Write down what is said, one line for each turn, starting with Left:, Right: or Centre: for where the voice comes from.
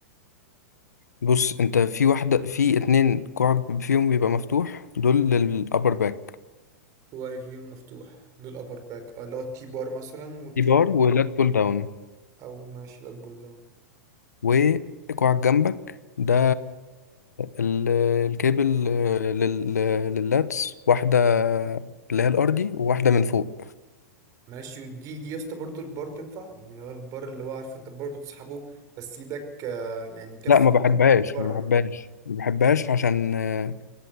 Left: بص انت في واحدة في اتنين كوعك فيهم بيبقى مفتوح دول للأبر باك
Right: وواي فيو مفتوح دول ابر باك اه اللي هو التي بار مثلا وتروب
Left: دي بار ولات بول داون
Right: او ماشي لا البول داون
Left: وكوعك جنبك ده ال- الكابل لل- لللاتس واحدة اللي هي الأرضي وواحدة من فوق
Right: ماشي ودي دي يا اسطى برضه البار تنفع يعني اللي هو البار اللي هو عارف انت البار بتسحبه بس ايدك آه، يعني كف
Left: لا ما
Right: ايدك
Left: بحبهاش
Right: بره
Left: ما بحبهاش ما بحبهاش عشان آه،